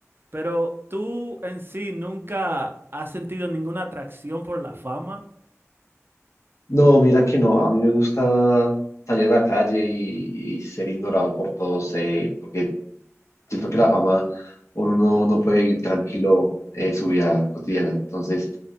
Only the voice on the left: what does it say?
No, mira que no, a mí me gusta salir a la calle y, y ser ignorado por todos, eh, porque siento que la fama uno no, no puede ir tranquilo eh, su vida cotidiana. Entonces,